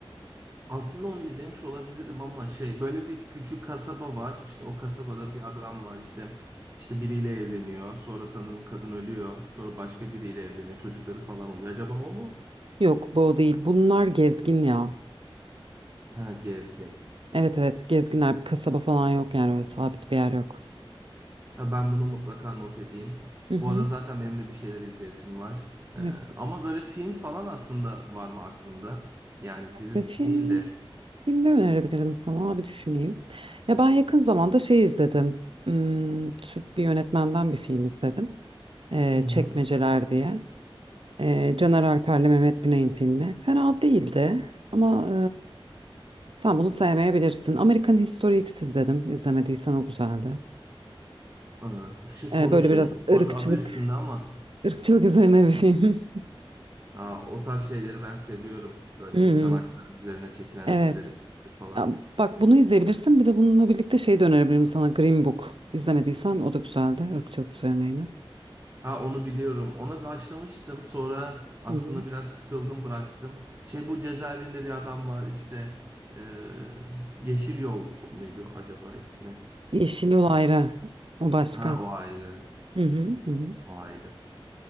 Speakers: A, on the right; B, on the right.
A: Aslında onu izlemiş olabilirim ama şey böyle bir küçük kasaba var. İşte o kasabada bir adam var işte işte biriyle evleniyor. Sonra sanırım kadın ölüyor. Sonra başka biriyle evleniyor. Çocukları falan oluyor. Acaba o mu?
B: Yok bu o değil. Bunlar gezgin ya.
A: Ha gezgin.
B: Evet evet gezginler. Bir kasaba falan yok yani öyle sabit bir yer yok.
A: Ha, ben bunu mutlaka not edeyim.
B: Hı hı.
A: Bu ara zaten benim de bir şeyler izleyesim var. Ee,
B: Evet.
A: ama böyle film falan aslında var mı aklında? Yani dizi
B: Ee, film,
A: değil de.
B: film ne önerebilirim sana? Bir düşüneyim. Ya ben yakın zamanda şey izledim. Hmm, Türk bir yönetmenden bir film izledim. Ee,
A: Hı hı.
B: Çekmeceler diye. Ee, Caner Alper'le Mehmet Binay'ın filmi. Fena değildi ama e, Sen bunu sevmeyebilirsin. American History X dedim. İzlemediysen o güzeldi.
A: Ee, şey
B: Ee,
A: konusu
B: böyle biraz
A: ne? Bu
B: ırkçılık,
A: arada adı üstünde ama.
B: ırkçılık üzerine bir film. <laughs>
A: Aa, o tarz şeyleri ben seviyorum. Böyle
B: Hmm,
A: insan hakları üzerine çekilen
B: evet.
A: dizileri filmleri falan.
B: Ya, bak bunu izleyebilirsin. Bir de bununla birlikte şey de önerebilirim sana. Green Book. İzlemediysen o da güzeldi. Irkçılık üzerine yine.
A: Ha onu biliyorum. Ona başlamıştım. Sonra aslında
B: Hı hı.
A: biraz sıkıldım bıraktım. Şey bu cezaevinde bir adam var işte. Ee, Yeşil Yol muydu acaba ismi?
B: Yeşil Yol ayrı. O başka.
A: Ha o ayrı.
B: Hı hı, hı hı.
A: O ayrı.